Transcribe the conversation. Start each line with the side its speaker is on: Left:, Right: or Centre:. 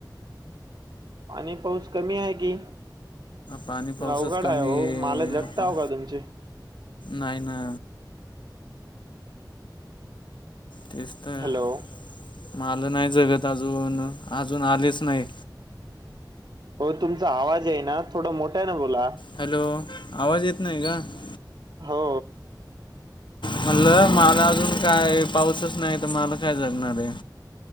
Right: पाणी पाऊस कमी आहे. की
Left: पाणी पाऊसच
Right: अवघड
Left: कमी
Right: आहे हो
Left: आहे
Right: माल जगताव
Left: पा
Right: का तुमचे
Left: नाही ना तेच तर
Right: हॅलो
Left: मलं नाही जगत अजून अजून आलेच नाही.
Right: हो तुमचा आवाज आहे ना थोडा मोठा आहे. ना बोला
Left: हॅलो आवाज इेत नाही आहे का?
Right: हो
Left: म्हणलं मला अजून काय पाऊसच नाही. तर मला काय जगणार आहे